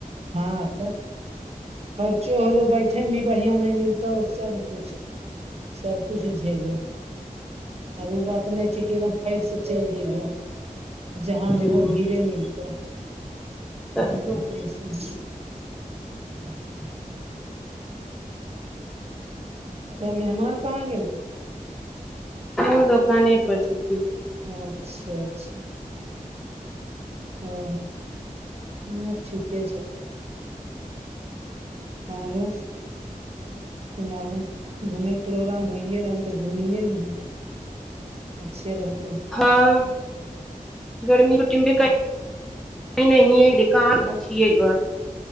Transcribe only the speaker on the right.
हँ तऽ खर्चो होलो बैठ ओे भी बढ़ियाँ नहि मिलतौ सब कुछ सब कुछ झेलही आब ओ बात नहि छै कि एकदम फैल से चलि जेयबहो जहाँ
जेहो भीड़े मिलतौ
जस
तऽ मेहमान कहाँ गेल
अच्छा अच्छा हँ हँ ठीके छै आरो सुनाबे घुमेै के प्रोग्राम होइे रह तऽ घुमिए लीहे अच्छे रहतौ